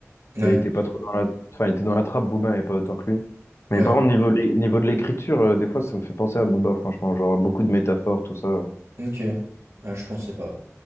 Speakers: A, on the right; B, on the left.
A: Ouais.
B: et il était pas trop dans la... Enfin, il était dans la trappe, Booba, et pas autant que lui. Mais
A: Ouais.
B: par contre, niveau, lé- niveau de l'écriture, euh, des fois, ça me fait penser à Booba, franchement, genre beaucoup de métaphores, tout ça.
A: Ok. Ah, je pensais pas.